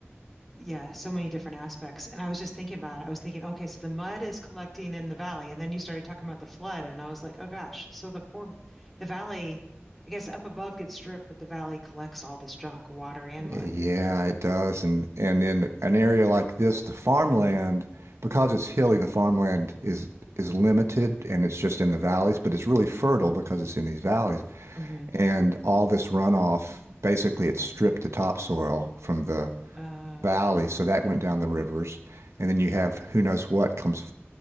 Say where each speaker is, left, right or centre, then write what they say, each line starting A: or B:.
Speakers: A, in the centre; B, on the right.
A: yeah, so many different aspects. And I was just thinking about it. I was thinking, okay, so the mud is collecting in the valley. And then you started talking about the flood. And I was like, oh gosh. So the poor, the valley, I guess up above gets stripped, but the valley collects all this junk, water and mud.
B: Yeah, it does. And and in an area like this, the farmland, because it's hilly, the farmland is is limited and it's just in the valleys, but it's really fertile because it's in these valleys.
A: hmm
B: And all this runoff, basically it stripped the topsoil from the
A: Uh,
B: valley, so that went down the rivers, and then you have who knows what comes